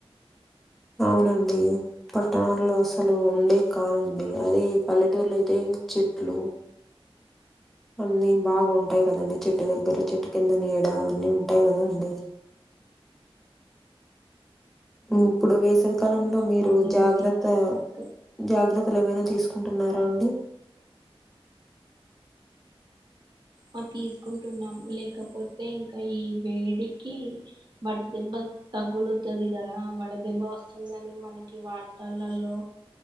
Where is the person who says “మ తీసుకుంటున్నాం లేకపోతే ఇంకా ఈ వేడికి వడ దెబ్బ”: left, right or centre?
Right